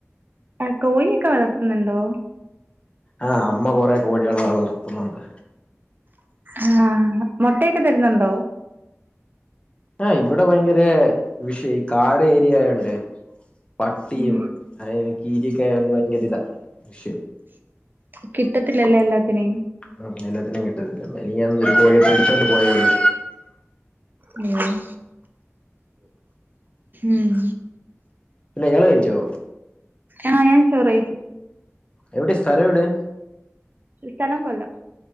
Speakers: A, on the right; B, on the left.
A: ആഹ് കോഴിയൊക്കെ വളർത്തുന്നുണ്ടോ
B: ആഹ് അമ്മ കൊറെ കോഴികളെ വളർത്തുന്നുണ്ട്
A: ആഹ് മോട്ടയൊക്കെ തരുന്നുണ്ടോ
B: ആഹ് ഇവിടെ ഭയങ്കര വിഷയ ഈ കാട് ഏരിയയൊണ്ടേ പട്ടിയും
A: ഉം
B: കീരയൊക്കെ ആയോണ്ട് ഭയങ്കര ഇതാ ഇഷു
A: കിട്ടത്തില്ല ല്ലേ എല്ലാത്തിനെയും
B: ഓ എല്ലാത്തിനേം കിട്ടത്തില്ല മെനഞ്ഞാന്ന് ഒരു കോഴിയെ പിടിച്ചോണ്ട് പോയേള്ളൂ
A: ഉം ഉം
B: പിന്നെ യാള് കഴിച്ചോ
A: ആഹ് ഞാൻ ചൊറയിച്
B: എവിടെ സ്ഥലം എവിടെ
A: സ്ഥലം കൊല്ലം